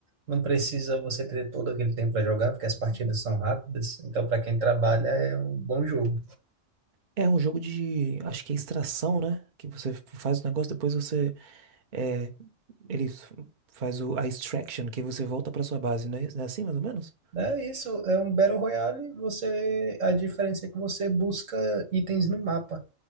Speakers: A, on the right; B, on the right.
A: não precisa você ter todo aquele tempo para jogar, porque as partidas são rápidas. Então para quem trabalha é um bom jogo.
B: É um jogo de. Acho que é extração, né? Que você faz o negócio, depois você. É, ele f- faz o, a extraction, que você volta pra sua base, né é, é assim, mais ou menos?
A: É isso, é um Battle Royale. Você, a diferença é que você busca itens no mapa.